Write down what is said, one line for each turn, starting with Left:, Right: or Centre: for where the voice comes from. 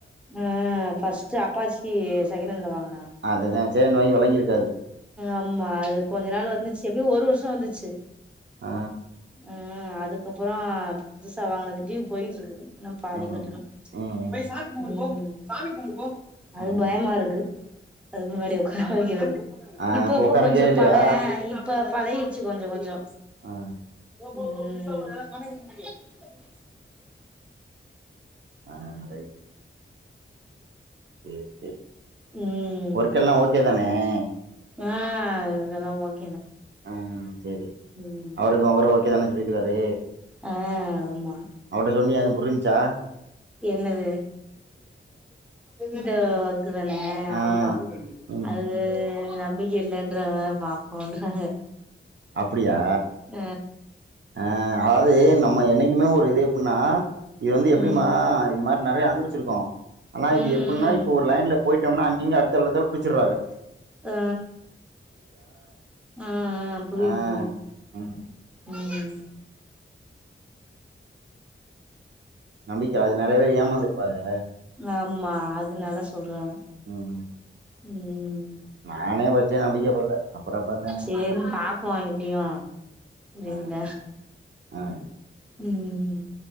Centre: ம் ஃபர்ஸ்ட்டு அப்பாச்சி செகனண்ட்ல வாங்கு
Right: அதுதா சே நோய் வெல ங்கி இருக்காது
Centre: ஆம்மா அது கொஞ்ச நாள் வந்துச்சு எப்டியு ஒரு வருஷ வந்து ச்சு
Right: ஆ
Centre: அ ம் அதுக்கப்புறொ இப்ப புதுசா வாங்குனது ட்யூ போயிட்ருக்குது இன்னு பாதி
Right: ம்
Centre: கட்டணு
Right: ம்
Centre: ம் சாமி கும்டு போ அது
Right: ம்
Centre: பயமா இருக்கு அதுக் முன்னாடி ஒக்கார வைக்கறதுக்கு
Right: ஆ
Centre: இப்பப்போ
Right: இப்ப உக்கார
Centre: கொஞ்சொ
Right: வைக்கவே இல்லையா
Centre: பல இப்ப பலகிர்சி கொஞ்சொ கொஞ்சொ
Right: ஆ
Centre: ம்
Right: ஆ ரைட் சேரி சேரி
Centre: ம் ம்
Right: ஒர்க் எல்லா ஓகே தான ஆ
Centre: ஆ இதெல்லா ஒன்
Right: ம் சேரி
Centre: ம்
Right: அவருக்கு அவரு ஓகே தான உங்க வீட்டுக்காரு
Centre: ஆ ஆமா
Right: அவர்ட்ட சொன்னியா ஏதும் புரிஞ்சா
Centre: என்னது இட க்குதான
Right: ஆ
Centre: ஆம்மா
Right: ம்
Centre: அது நம்பிக் இல்லன்றாங்க பாப்போன்றாங்க
Right: அப்பிட் ப்டியா
Centre: ஆ
Right: ஆ அதாது நம்ம என்னைக்குமே ஒரு இது எப்புட்னா இது வந்து
Centre: ம்
Right: எப்டிமா இது மாரி நெறையா அனுபவிச்சிருக்கோ ஆனா
Centre: ம்
Right: இது எப்டின்னா
Centre: ம்
Right: இப்ப ஒரு லைன்லப் போய்ட்டம்னா அங்கிங்க அத்தல் அத்தல் புடிச்சிற்றாக
Centre: ஆ அ அ புரிது
Right: ஆ
Centre: புரிது
Right: ம்
Centre: ம்
Right: நம்பிக்க அது நெறையவே ஏமாந்துருப்பாரு
Centre: ஆம்மா அத் துனால சொல்றாங்க
Right: ம்
Centre: ம்
Right: நானே ஃபர்ஸ்ட்டே நம்பிக்க படல அப்புறம் அப்புறம் தானே
Centre: சேரின்னு பாப்போ எப்டியு
Right: ஆ
Centre: எங்க
Right: ஆ
Centre: ம் ம்